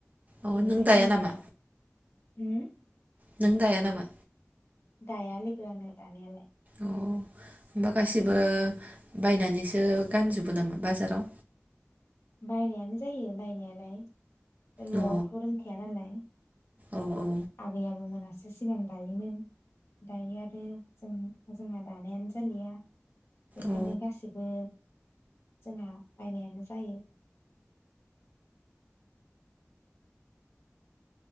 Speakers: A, on the right; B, on the left.
A: अ
B: बेनिखायनो
A: नों दाया
B: आं
A: नामा
B: बारा होम
A: नों दाया नामा?
B: दाया लोगो आङो दानायालाय
A: होनबा गासिबो बायनानैसो गानजोबो नामा बाजाराव?
B: बायनायानो जायो बायनायालाय नआवथ'
A: अ
B: रोंखाया नालाय
A: औ औ
B: आबै आबौमोनासो सिगां दायोमोन दायो आरो जों जोंहा दानायानो जालिया बेखायनो
A: औ
B: गासिबो जोंहा बायनायानो जायो।